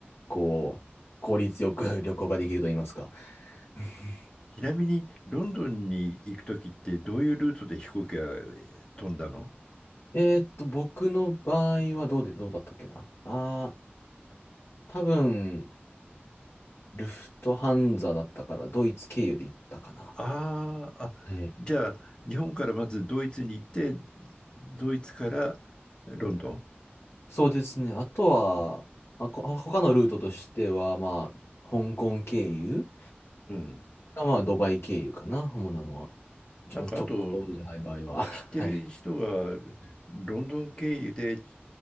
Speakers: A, on the left (about 85°); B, on the left (about 20°).
A: こう、効率よく <laughs> 旅行ができると言いますか。<laughs>
B: ちなみに、ロンドンに行くときって、どういうルートで飛行機が飛んだの
A: えーっと、僕の場合はどうで、どうだったっけな。あー、多分、ルフトハンザだったから、ドイツ経由で行ったかな。
B: あーあ、
A: はい。
B: じゃあ、日本からまずドイツに行って、ドイツからロンドン
A: そうですね。あとは、あ、こ他のルートとしては、まあ、香港経由
B: うん。
A: か、まあ、ドバイ経由かな、主なのは。ちょ、
B: なんか、
A: 直行じゃない場合は。
B: あと、
A: <laughs>
B: 知ってる人が
A: はい。
B: ロンドン経由でち